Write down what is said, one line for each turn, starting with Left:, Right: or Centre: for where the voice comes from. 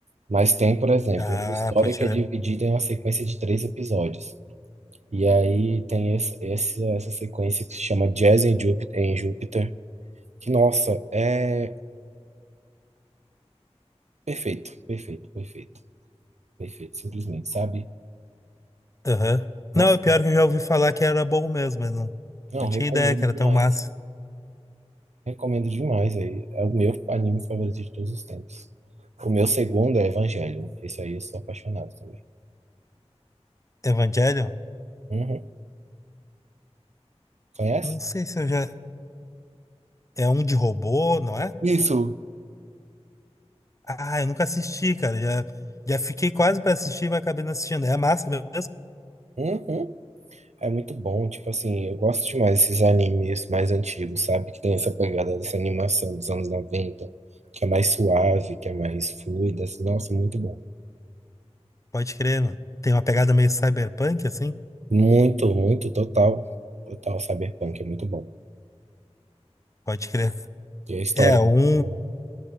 Right: Mas tem, por exemplo,
Left: Ah,
Right: uma história
Left: pode
Right: que
Left: crer.
Right: é dividida em uma sequência de três episódios. E aí tem essa, essa, essa sequência que se chama Jazz em Júpiter, em Júpiter, que, nossa, é perfeito, perfeito, perfeito, perfeito, simplesmente, sabe?
Left: Aham.
Right: Nossa,
Left: Não, é pior que eu já ouvi falar que era bom mesmo, mas não,
Right: não,
Left: não tinha
Right: recomendo
Left: ideia que era
Right: demais,
Left: tão massa.
Right: recomendo demais aí. É o meu anime favorito de todos os tempos. O meu segundo é Evangelion, esse aí eu sou apaixonado também.
Left: Evangelion?
Right: Uhum. Conhece?
Left: Não sei se eu já. É um de robô, não é?
Right: Isso.
Left: Ah, eu nunca assisti, cara. Já, já fiquei quase pra assistir, mas acabei não assistindo. É massa mesmo?
Right: Uhum. É muito bom, tipo assim, eu gosto demais desses animes mais antigos, sabe? Que tem essa pegada dessa animação dos anos 90, que é mais suave, que é mais fluida. assim, Nossa, muito bom.
Left: Pode crer, mano. Tem uma pegada meio cyberpunk, assim?
Right: Muito, muito, total. Total Cyberpunk, é muito bom.
Left: Pode crer.
Right: E a história
Left: É,
Right: é muito
Left: um,
Right: boa.